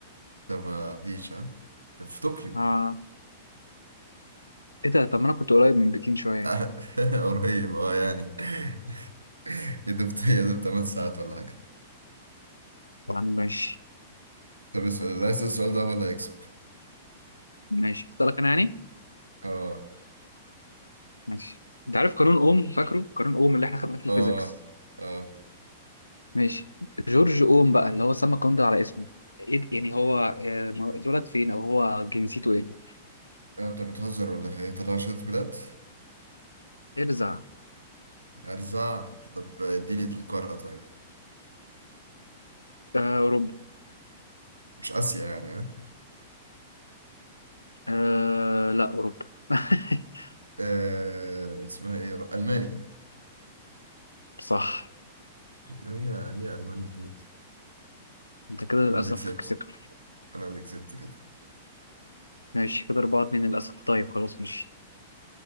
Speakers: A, on the right (about 80°); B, on the left (about 80°).
A: ده ما فيش ها طب في طوكيو
B: آه. ايه ده طب ما انا كنت قريب من بكين شوية
A: آه، <laughs> قريب اه يعني <laughs> يا دوب يا دوب 8 ساعات ولا حاجة
B: طب ماشي
A: طب اسأل اللي هيسأل السؤال ده هو اللي هيكسب
B: ماشي اسألك انا يعني؟
A: اه
B: ماشي انت عارف قانون اوم فاكره؟ قانون اوم اللي احنا خدناه في الفيزيكس
A: اه اه
B: ماشي جورج اوم بقى اللي هو سمى القانون ده على اسمه ايه ده؟ يعني هو آه، ما- اتولد فين او هو جنسيته ايه؟
A: انت بتهزر ولا ايه؟ طلع شهادة ميلاد؟
B: ارزع
A: ارزع طب اديني القارة طيب
B: آه اوروبا
A: مش آسيا يعني ها
B: آه لا اوروبا <laughs>
A: آه اسمها ايه؟ الماني
B: صح
A: هي هي ألمانيا فوق
B: انت كده للأسف
A: أنا اللي كسبت
B: كسبت
A: أنا اللي كسبت كده
B: ماشي كده أربعة اتنين للأسف طيب خلاص ماشي